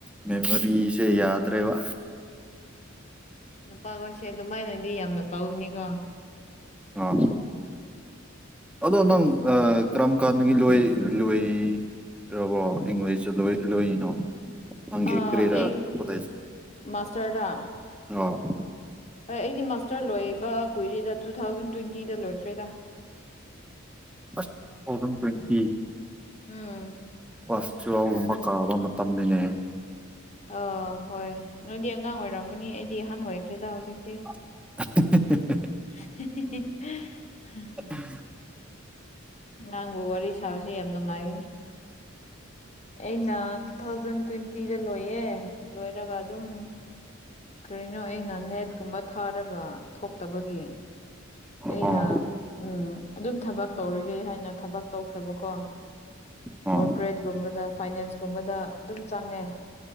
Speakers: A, in the centre; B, on the left.
A: ꯃꯦꯃꯣꯔꯤꯁꯦ ꯌꯥꯗ꯭ꯔꯦꯕ
B: ꯅꯨꯄꯥꯈꯣꯏꯁꯦ ꯑꯗꯨꯃꯥꯏꯅꯗꯤ ꯌꯥꯝꯅ ꯇꯧꯒꯅꯤꯀꯣ
A: ꯑꯥ ꯑꯗꯣ ꯅꯪ ꯑꯥ ꯀꯔꯝ ꯀꯥꯟꯗꯒꯤ ꯂꯣꯏ ꯂꯣꯏꯔꯕꯣ ꯏꯪꯂꯤꯁꯇ ꯂꯣꯏ ꯂꯣꯏꯔꯤꯅꯣ ꯅꯪꯒꯤ
B: ꯑ
A: ꯀꯔꯤꯔꯥ
B: ꯑꯩ
A: ꯀꯣꯂꯦꯖ
B: ꯃꯥꯁꯇꯔ ꯔꯥ
A: ꯑꯣ
B: ꯍꯣꯏ ꯑꯩꯗꯤ ꯃꯥꯁꯇꯔ ꯂꯣꯏꯕ ꯀꯨꯏꯔꯦꯗ ꯇꯨ ꯊꯥꯎꯖꯟ ꯇ꯭ꯋꯦꯟꯇꯤꯗ ꯂꯣꯏꯈ꯭ꯔꯦꯗ
A: ꯑꯁ ꯇꯨ ꯊꯥꯎꯖꯟ ꯇ꯭ꯋꯦꯟꯇꯤ
B: ꯎꯝ
A: ꯀ꯭ꯂꯥꯁ ꯇ꯭ꯋꯦꯜꯒꯨꯝꯕ ꯀꯥꯕ ꯃꯇꯝꯅꯤꯅꯦ
B: ꯑꯧ ꯍꯣꯏ ꯅꯣꯏꯗꯤ ꯑꯉꯥꯡ ꯑꯣꯏꯔꯝꯒꯅꯤ ꯑꯩꯗꯤ ꯑꯍꯟ ꯑꯣꯏꯈ꯭ꯔꯦꯗ ꯍꯧꯖꯤꯛꯇꯤ
A: <unintelligible>
B: <unintelligible>
A: <unintelligible>
B: ꯑꯉꯥꯡꯕꯨ ꯋꯥꯔꯤ ꯁꯥꯕꯁꯦ ꯌꯥꯝ ꯅꯨꯡꯉꯥꯏꯕꯅꯤ ꯑꯩꯅ ꯇꯨ ꯊꯥꯎꯖꯟ ꯇ꯭ꯋꯦꯟꯇꯤꯗ ꯂꯣꯏꯌꯦ ꯂꯣꯏꯔꯒ ꯑꯗꯨꯝ ꯀꯔꯤꯅꯣ ꯑꯩꯅ ꯅꯦꯠꯀꯨꯝꯕ ꯊꯥꯔꯒ ꯊꯣꯛꯇꯕꯒꯤ
A: ꯑꯣ
B: ꯑꯩꯅ ꯎꯝ ꯑꯗꯨꯝ ꯊꯕꯛ ꯇꯧꯔꯒꯦ ꯍꯥꯏꯅ ꯊꯕꯛ ꯇꯧꯈ꯭ꯔꯕꯀꯣ
A: ꯑꯣ
B: ꯀꯣꯔꯄꯣꯔꯦꯠ ꯀꯨꯝꯕꯗ ꯐꯥꯏꯅꯥꯟꯁꯀꯨꯝꯕꯗ ꯑꯗꯨꯝ ꯆꯪꯉꯦ